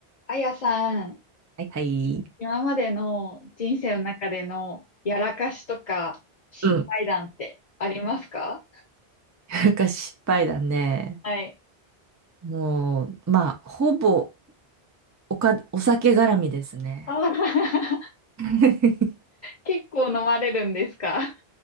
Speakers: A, on the left; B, on the right.
A: あやさん、
B: はいはい。
A: 今までの人生の中でのやらかしとか失敗談ってありますか
B: うん。なんか失敗だね。
A: はい。
B: もう、まあ、ほぼおか、お酒絡みですね。
A: あー <laughs>
B: <laughs>
A: 結構飲まれるんですか